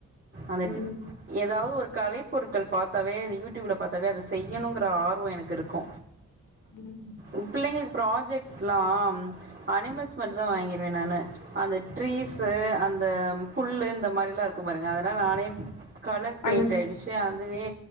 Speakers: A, on the right; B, on the left.
A: அந்த
B: ம்
A: ஏதாவது ஒரு கலைப் பொருட்கள் பாத்தாவே அந்த யூடியூப்ல பாத்தாவே அத செய்யணுங்கிற ஆர்வ எனக்கு இருக்கு
B: ம்
A: ம் பிள்ளைங்களுக் ப்ராஜெக்ட்லாம் அனிமல்ஸ் மட்டு தா வாங்கியிருவே நானு அந்த ட்ரீஸ்சு அந்த புல்லு இந்த மாறில்லா இருக்கு கும் பாருங்க அததெல்லா நானே கலர்
B: பண்
A: பெயிண்ட் அடிச்சு அதுவே